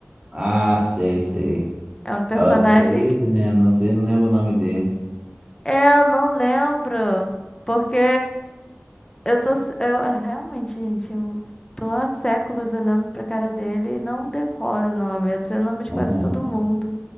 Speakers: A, on the right; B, on the left.
A: Ah, sei, sei.
B: É um personagem
A: É o Therese,
B: que.
A: né? Não sei, não lembro o nome dele.
B: É, eu não lembro. Porque eu tô. s- Eu, é, realmente, gente, eu tô há séculos olhando pra cara dele e não decoro o nome. Eu sei o nome de
A: <laughs>
B: quase todo mundo.